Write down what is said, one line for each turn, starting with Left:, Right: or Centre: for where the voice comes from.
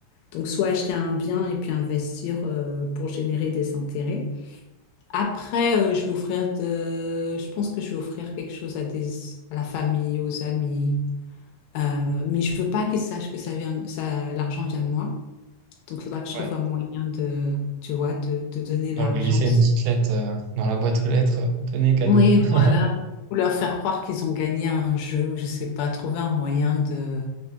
Left: Donc, soit acheter un bien et puis investir euh, pour générer des intérêts. Après, euh, je vais offrir de... Je pense que je vais offrir quelque chose à des... à la famille, aux amis. Euh, mais je veux pas qu'ils sachent que ça vient... ça... l'argent vient de moi. Donc, il faudra que je trouve
Right: Ouais.
Left: un moyen de, tu vois, de, de donner l'argent.
Right: Donc, laisser une petite lettre euh, dans la boîte aux lettres, euh, tenez cadeau.
Left: Oui,
Right: <laughs>
Left: voilà. Ou leur faire croire qu'ils ont gagné à un jeu, ou je sais pas, trouver un moyen de...